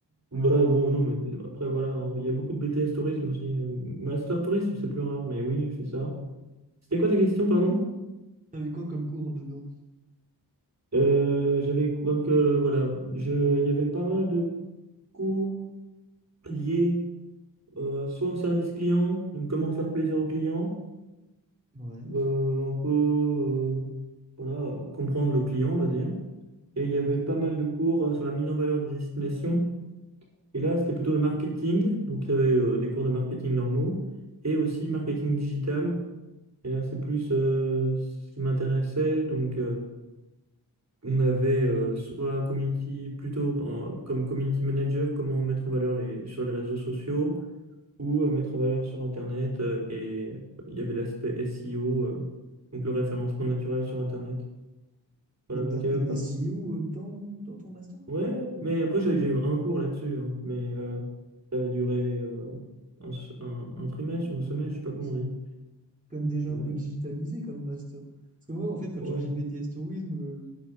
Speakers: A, on the right; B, on the right.
A: bah bon, non, mais après voilà, hein, il y a beaucoup de BTS Tourisme aussi. euh, Master Tourisme, c'est plus rare, mais oui, je fais ça. C'était quoi ta question, pardon?
B: T'avais quoi comme cours dedans?
A: Euh, j'avais, donc euh, voilà, je, il y avait pas mal de cours liés euh, soit au service client, donc comment faire plaisir au client,
B: Ouais,
A: euh, un peu, euh, voilà, euh, comprendre le client, on va dire. Et il y avait
B: ok.
A: pas mal de cours euh, sur la mise en valeur des destinations. Et là, c'était plutôt le marketing. Donc, il y avait euh, des cours de marketing normaux et aussi marketing digital. Et là, c'est plus euh, ce qui m'intéressait. Donc, euh, on avait euh, soit community, plutôt en- comme community manager, comment mettre en valeur les, sur les réseaux sociaux ou euh, mettre en valeur sur Internet. euh, et euh, il y avait l'aspect SEO, euh, donc le référencement naturel sur Internet. Voilà,
B: Donc,
A: donc
B: t'as appris
A: il y avait
B: le
A: pas.
B: SEO euh, dans, dans ton master?
A: Ouais, mais après j'ai j'ai eu un cours là-dessus, hein, mais euh, ça avait duré euh, un, s- un, un trimestre
B: Ouais,
A: ou un
B: euh,
A: semestre, je sais pas
B: donc
A: comment
B: c'est
A: on dit.
B: quand même déjà
A: Mais
B: un peu digitalisé comme master. Parce que moi, en fait, quand
A: ouais.
B: tu me dis BTS Tourisme, euh,